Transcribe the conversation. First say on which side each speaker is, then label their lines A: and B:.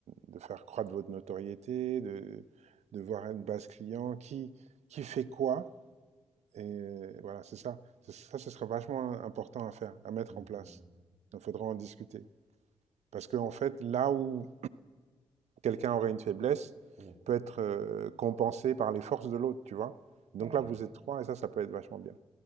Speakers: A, on the right; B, on the right.
A: de faire croître votre notoriété, de, de voir une base client, qui, qui fait quoi, Et voilà, c'est ça. C'est- Ça, ce sera vachement important à faire, à mettre
B: mhm.
A: en place. Donc, il faudra en discuter. Parce qu'en fait, là où quelqu'un aurait une faiblesse,
B: Oh,
A: peut être euh, compensé par les forces de l'autre, tu vois. Donc
B: c'est
A: là,
B: vrai,
A: vous êtes trois et ça, ça peut être vachement bien.